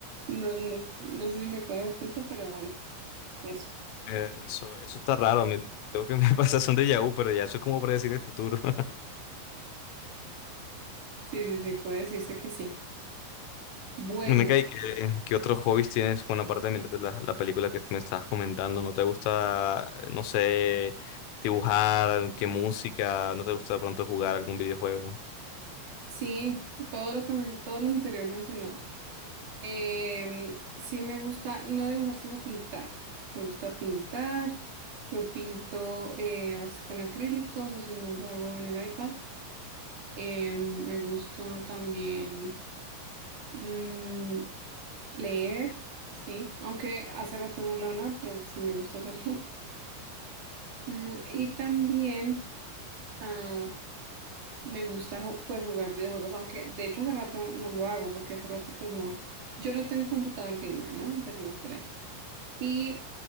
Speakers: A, on the right; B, on the left.
A: no, no, no sé si me cuadra el punto, pero bueno, eso.
B: Eh, eso, eso está raro. A mí lo que me <laughs> pasa son de Yahoo, pero ya eso es como predecir el futuro. <laughs>
A: Sí, sí, sí, puede decirse que sí. Bueno,
B: Veneca, ¿Y qué, qué otros hobbies tienes? Bueno, aparte de mirar la, la película que me estabas comentando, ¿no te gusta, no sé, dibujar? ¿Qué música? ¿No te gusta de pronto jugar algún videojuego?
A: sí, todo lo que men- todo lo anterior mencionado. Em, sí me gusta, no dibujar, sino pintar. Me gusta pintar. Yo pinto eh, a veces con acrílicos o si no lo hago en el iPad. Em, me gusta también mm, leer, sí. Aunque hace rato no leo nada, pero sí me gusta hacerlo. <laughs> Mm, y también ah, me gusta ju- pues, jugar videojuegos, aunque de hecho hace rato no lo hago porque hace rato pues no. Yo no tengo computador gamer, ¿no? Empecemos por ahí. Y,